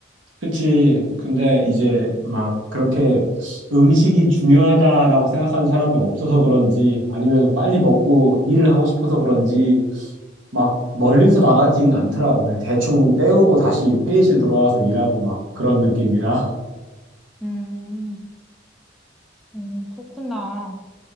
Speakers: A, on the right; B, in the centre.
A: 그치. 근데 이제 막 그렇게 음식이 중요하다라고 생각하는 사람이 없어서 그런지, 아니면 빨리 먹고 일을 하고 싶어서 그런지, 막 멀리서 나가지는 않더라고. 그냥 대충 때우고 다시 회의실 돌아와서 일하고 막 그런 느낌이라. <laughs>
B: 음, 음, 그렇구나.